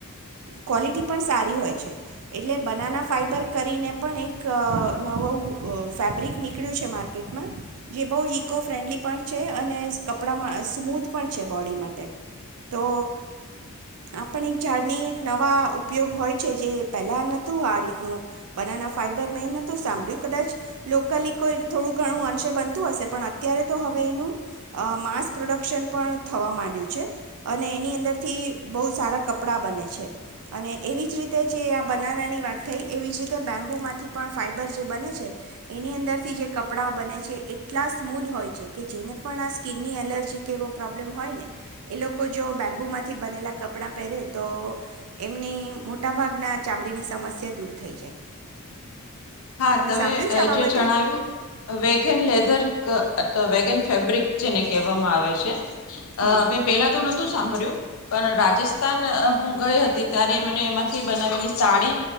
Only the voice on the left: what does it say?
હા તમે
જે જણાવ્યું વેગન લેધર અ વેગન ફેબ્રિક જેને કહેવામાં આવે છે
અ મે પેલા તો નથી ું સાંભળ્યું પણ રાજસ્થાન હું ગઈ હતી ત્યારે મને એમાંથી બનાવેલી સાડી